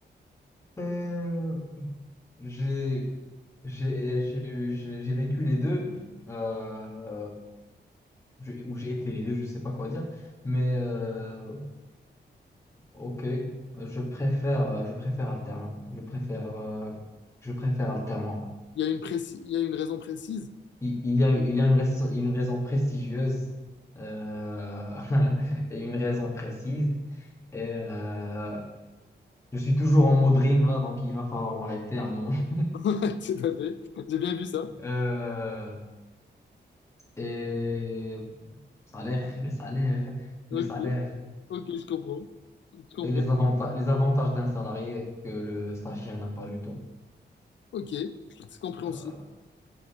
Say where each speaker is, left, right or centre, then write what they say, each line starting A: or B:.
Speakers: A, on the left; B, on the left.
A: Euh, j'ai j'ai j'ai eu- j'ai- j'ai vécu les deux, euh, j'ai- ou j'ai été les deux, je sais pas quoi dire, mais euh, Ok, je préfère, euh, je préfère alternant. Je préfère, euh, je préfère alternant.
B: Il y a une, préci- il y a une raison précise.
A: Il, il y a, il y a une, rais- une raison prestigieuse euh, <laughs> et une raison précise. Et euh, je suis toujours en mode rime là, donc il va falloir m'arrêter un moment. <laughs>
B: <laughs> Tout à fait. J'ai bien vu ça.
A: Euh, et salaire, le salaire, le
B: Ok,
A: salaire.
B: ok, je comprends. Je comprends.
A: Et les avantages, les avantages d'un salarié que le stagiaire n'a pas du tout.
B: Ok, c'est compréhensible.
A: Euh,